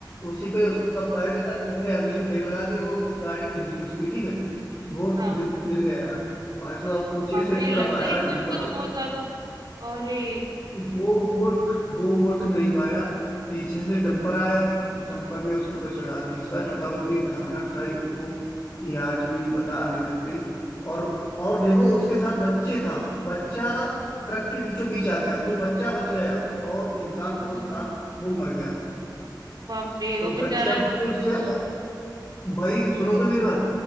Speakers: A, on the left (about 30°); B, on the right (about 60°).
A: उसी पे उसका पैर गया तो उसने अगली ब्रेक लगा दी वो गाड़ी गिर गई उसकी ठीक है बहुत
B: हाँ
A: गि- गिर गया भाई साहब पीछे
B: बाप
A: से
B: रे लग
A: ट्रक
B: गई
A: आया
B: होगी
A: डंपर
B: उसको तो बहुत ज्यादा अरे
A: वो वोट वो वोट नहीं पाया पीछे से डंपर आया डंपर ने उसके ऊपर चढ़ा दी सच बताओ इतनी भयानक था ये- वो कि आज भी बता नहीं सकते और और देखो उसके साथ बच्चे था बच्चा ट्रक के बीचों बीच आ गया तो बच्चा बच गया और इंसान वो
B: अच्छा
A: था वो मर गया
B: बाप रे
A: तो
B: वो
A: बच्चा
B: बेचारा
A: बिल्कुल से
B: उस-
A: भाई सुनो तो मेरी बात